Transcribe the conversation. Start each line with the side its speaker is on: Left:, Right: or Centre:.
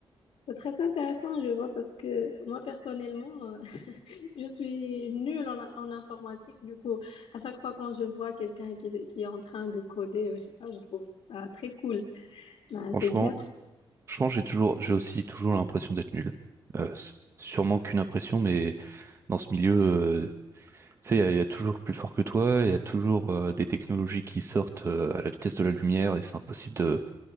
Left: C'est très intéressant, je vois, parce que moi, personnellement, euh, <laughs> je suis nulle en, en informatique. Du coup, à chaque fois quand je vois quelqu'un qui, qui est en train de coder, euh, je sais pas, je trouve ça très cool. Ben,
Right: Franchement,
Left: c'est bien.
Right: franchement, j'ai toujours, j'ai aussi toujours l'impression d'être nul. Euh, c'est sûrement qu'une impression, mais dans ce milieu, euh, Tu sais, il y, a il y a toujours plus fort que toi, il y a toujours euh, des technologies qui sortent euh, à la vitesse de la lumière et c'est impossible de